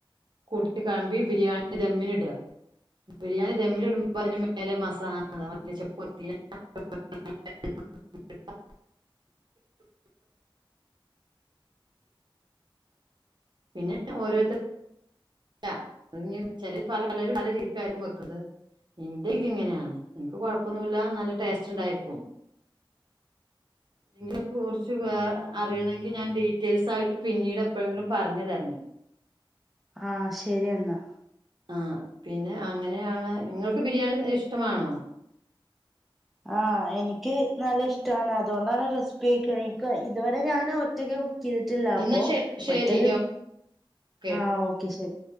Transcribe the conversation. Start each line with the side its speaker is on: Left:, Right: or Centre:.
Right: കൂട്ടിക്കാണ്ട് ബിരിയാണി ദമ്മിനിട. ബിരിയാണി ദമ്മില് ഇടുമ്പോ അതിന്റെ മേലെ മസാല എന്ത മല്ലി ചെപ്പോ <inaudible> പിന്നെ ഓരോരുത്ത ക്ക ഇഞ് ചെലര് പല പലരും പല രീതിക്കായ്ക്കും വെക്ക്ണത്. ഇന്റെ രീതി ഇങ്ങനെയാണ് ഇൻക്ക് കൊഴപ്പൊന്നുല്ല നല്ല ടേസ്റ്റ്ണ്ടായിരിക്കും. ഇതിനെ കുറിച്ച് വേറെ അറിയണെങ്കില് ഞാൻ ഡീറ്റെയിൽസായിട്ട് പിന്നീട് എപ്പഴെങ്കിലും പറഞ്ഞു തരണ്ട്.
Centre: ആഹ് ശരിയെന്നാ.
Right: ആഹ് പിന്നെ അങ്ങനെയാണ് ഇങ്ങൾക്ക് ബിരിയാണി ഇഷ്ടമാണോ?
Centre: ആഹ് എനിക്ക് നല്ല ഇഷ്ട്ടാവാണ് അതുകൊണ്ടാണ് റെസിപ്പി ചോയ്ക്ക്ണ് ഇൻക്ക് ഇതുവരെ ഞാൻ ഒറ്റക്ക് കു ക്കീതിട്ടില്ല അപ്പൊ
Right: എന്നാ ശ ശരി
Centre: ഒറ്റക്ക് കു
Right: ഓക്കെ
Centre: ആഹ് ഓക്കെ ശരി.